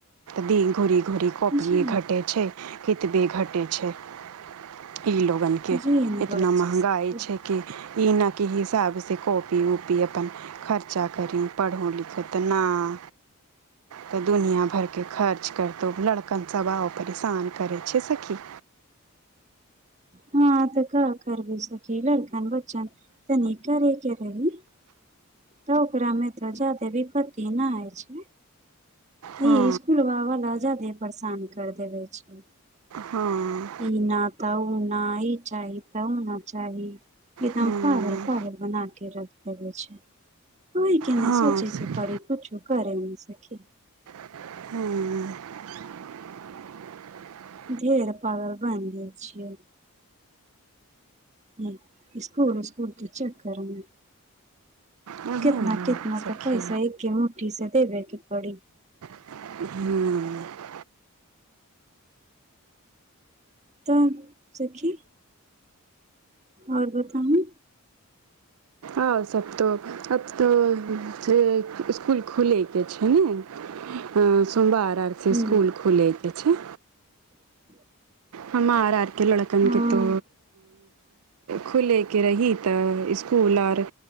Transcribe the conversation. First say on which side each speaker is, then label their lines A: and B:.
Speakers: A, on the right; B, on the right.
A: दीन घूरी घूरी कॉपीये
B: जे
A: घटे छै कतबे घटै छै <inaudible> ई लोगन केँ
B: जे एहने
A: एतना
B: बात छै
A: महंगाई
B: सखी
A: छै के ई ना की हिसाब से कोपी वूपी अपन खर्चा करी पढ़ू लिखु तऽ नाइ तऽ दुनियाँ भरके खर्च करतौ लड़कन सभ आओर परेशान करै छै सखी
B: हँ तऽ का करबै सखी लड़कन बच्चन तनी करे के रही तऽ ओकरामे तऽ जादे विपत्ति ना होइ छै
A: हँ
B: ई इसकुल <unintelligible> परेशान कर देवे छै
A: हँ
B: ई ना तऽ उ ना इ चाही तऽ उ ना चाही एकदम
A: हँ
B: पागल पागल बना के रख देेबे छै कोइ के नऽ
A: हँ
B: सोचे
A: सखी
B: कि पढ़ी कुछू करे मे सखी
A: हँ
B: ढेर पागल बनि गेल छियै हूँ स्कूल उस्कूल के चकर मे
A: वही
B: कितना
A: ने
B: कितना
A: सखी
B: तऽ पैसा एके मुठी से देबेके पड़ी
A: हूँ
B: तऽ सखी आओर बताउू
A: आओर सब तऽ आब तऽ स्कूल खुलैकेँ छै हूँ सोमवार आर से
B: हूँ
A: इसकुल खुलै कऽ छै
B: <inaudible>
A: हमार आरके लोड़कन
B: हँ
A: के तो खुलैके रही तऽ स्कूल अर